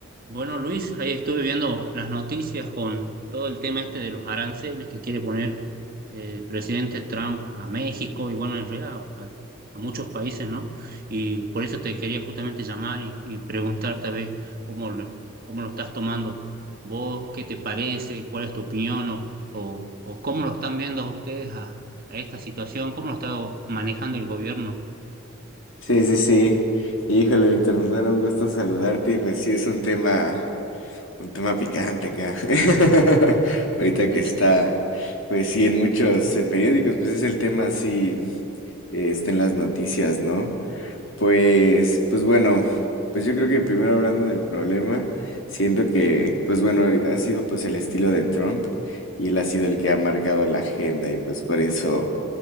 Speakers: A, on the right; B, on the left.
A: Bueno, Luis, ahí estuve viendo las noticias con todo el tema este de los aranceles que quiere poner eh, el presidente Trump a México y bueno, en realidad a, a muchos países, ¿no? Y por eso te quería justamente llamar y, y preguntarte a ver cómo, lo- cómo lo estás tomando vos, qué te parece, cuál es tu opinión o, o, o cómo lo están viendo ustedes a, a esta situación, cómo lo está manejando el gobierno.
B: Sí, sí, sí. Híjole, Víctor, nos da un gusto saludarte y pues sí es un tema, un tema picante acá. <laughs> Ahorita
A: <laughs>
B: que está, pues sí, en muchos eh, periódicos, pues es el tema así, eh, está en las noticias, ¿no? Pues, pues bueno, pues yo creo que primero hablando del problema, siento que, pues bueno, ahori- ha sido pues el estilo de Trump y él ha sido el que ha marcado la agenda y pues por eso